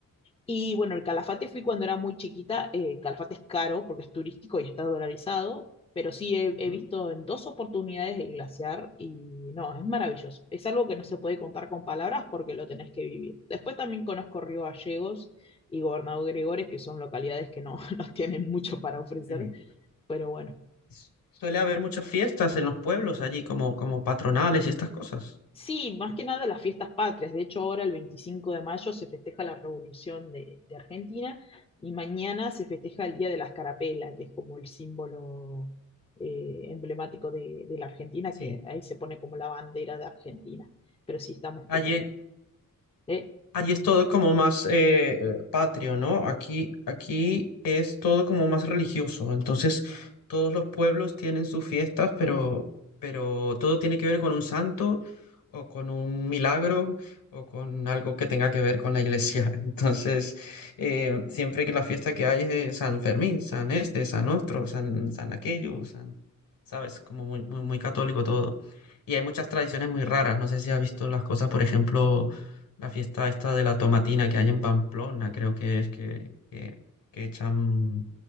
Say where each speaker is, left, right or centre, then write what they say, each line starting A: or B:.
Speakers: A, on the left; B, on the left.
A: y bueno, el Calafate fui cuando era muy chiquita. eh, Calafate es caro porque es turístico y está dolarizado, pero sí he,
B: Ujú.
A: he visto en dos oportunidades el glaciar y no, es maravilloso. Es algo que no se puede contar con palabras porque lo tenés que vivir. Después también conozco Río Gallegos y Gobernador Gregores, que son localidades que no, <laughs> no tienen mucho para ofrecer,
B: Sí, sí.
A: pero bueno,
B: Su- Suele haber muchas fiestas en los pueblos allí, como, como patronales y estas cosas.
A: Sí, más que nada las fiestas patrias. De hecho, ahora el 25 de mayo se festeja la Revolución de, de Argentina y mañana se festeja el Día de la Escarapela, que es como el símbolo eh, emblemático de, de la Argentina,
B: Sí.
A: que ahí se pone como la bandera de Argentina. Pero sí estamos
B: Allí,
A: como... ¿eh?
B: Allí es todo como más eh, eh, patrio, ¿no? Aquí, aquí es todo como más religioso. Entonces, todos los pueblos tienen sus fiestas, pero, pero todo tiene que ver con un santo o con un milagro o con algo que tenga que ver con la iglesia. <laughs> Entonces, eh, siempre que la fiesta que hay es de San Fermín, San Este, San Otro, San, San aquello, San, ¿sabes? Como muy, muy, muy católico todo. Y hay muchas tradiciones muy raras. No sé si has visto las cosas, por ejemplo la fiesta esta de la tomatina que hay en Pamplona, creo que es que, que, que echan,